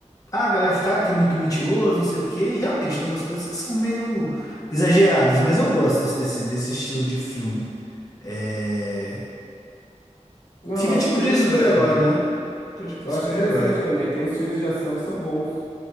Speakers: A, on the left; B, on the left.
A: ah, a galera fica ah, que é muito mentiroso, não sei o quê, e realmente tem umas coisas que são meio exageradas, mas eu gosto desse, desse estilo de filme. É...
B: Não,
A: Fica
B: eu acho
A: tipo
B: interessante
A: de super-herói,
B: também.
A: né? Fica tipo
B: Eu
A: de
B: acho
A: super-herói.
B: interessante também. Tem uns filmes de ação que são bons.